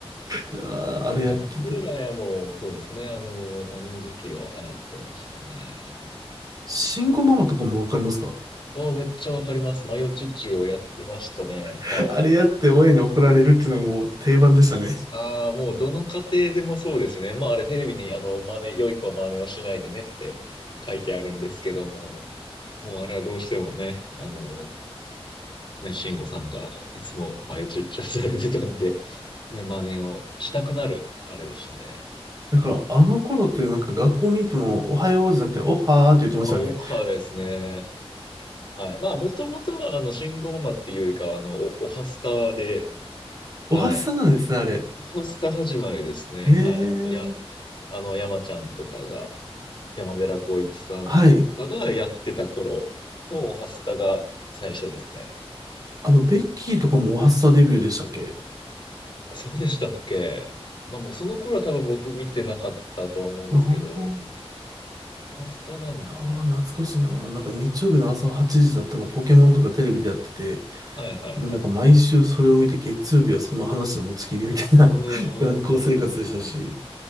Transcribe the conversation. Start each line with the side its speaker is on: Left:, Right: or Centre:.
Right: いやーあれやってて。
Left: そうか、松浦屋も、そうですね。あの、あの時期は流行ってましたね。
Right: 慎吾ママとかもわかりますか
Left: ああ、めっちゃわかります。マヨチュチュをやってましたね。
Right: <laughs>
Left: はい。
Right: あれやって親に怒られるっていうのも定番でしたね。<laughs>
Left: ああ、もうどの家庭でもそうですね。まああれテレビに、あの、真似、良い子は真似をしないでねって書いてあるんですけども、もうあれはどうしてもね、あの、ね、慎吾さんがいつもマヨチュッチュされてたんで、ね真似をしたくなる、あれでしたね。
Right: だから、あの頃ってなんか学校に行っても、おはようじゃなくて、おはーって言ってましたよね。
Left: アオハですね。はい。まあ、もともとは、あの、信号ママっていうよりかは、あの、お、おはスタで、はい。
Right: おはっさなんですね、あれ。
Left: おはスタ始まりですね。
Right: へえ。
Left: はい。あの、や、あの、山ちゃんとかが、山寺宏一さんとかがやってた頃のおはスタが最初ですね。
Right: はい。あの、ベッキーとかもおはっさデビューでしたっけ
Left: そうでしたっけまあ、もうその頃は多分僕見てなかったと思うんですけど、
Right: あー
Left: おはスタなのかな
Right: ああ、懐かしいな。なんか日曜日の朝8時だったか、ポケモンとかテレビでやってて、
Left: はいはいはい。
Right: もうなんか毎週それを見て、月曜日はその話で持ちきりみたいな
Left: うんうんうんうんうん。
Right: <laughs> 学校生活でしたし、